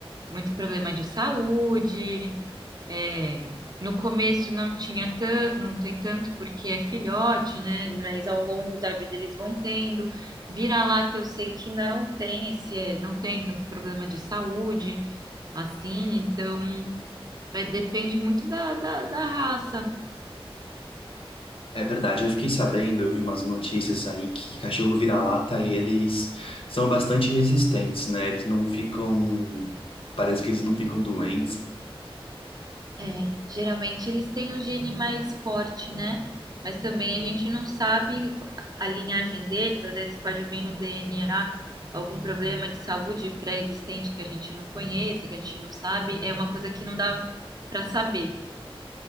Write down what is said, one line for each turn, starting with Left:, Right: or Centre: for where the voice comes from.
Right: muito problema de saúde. é, no começo não tinha tan, não tem tanto porque é filhote, né? Mas ao longo da vida eles vão tendo. Vira-lata eu sei que não tem esse, é, não tem tanto problema de saúde assim, então vai- depende muito da, da da raça.
Left: É verdade, eu fiquei sabendo, eu vi umas notícias aí que cachorro vira-lata, eles são bastante resistentes, né? Eles não ficam. Parece que eles não ficam doentes.
Right: É, geralmente eles têm o gene mais forte, né? Mas também a gente não sabe a linhagem deles, às vezes pode vir no DNA algum problema de saúde pré-existente que a gente não conheça, que a gente não sabe, é uma coisa que não dá para saber.